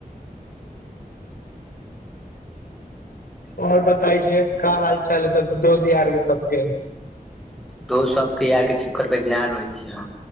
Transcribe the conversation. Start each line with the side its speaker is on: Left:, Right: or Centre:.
Left: आओर बताय छै का हाल चाल सब दोस्त यार के सबके
Centre: दोस्त सबके यार के चक्कर में ना रहै छै हम